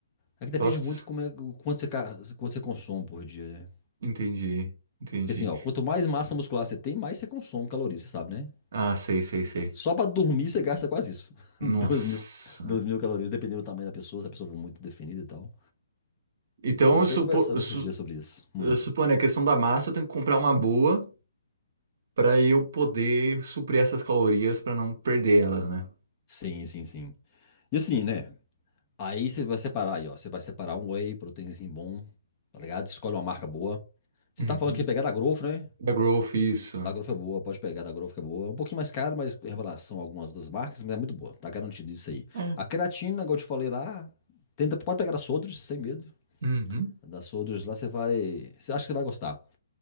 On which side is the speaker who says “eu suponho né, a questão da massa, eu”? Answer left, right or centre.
Right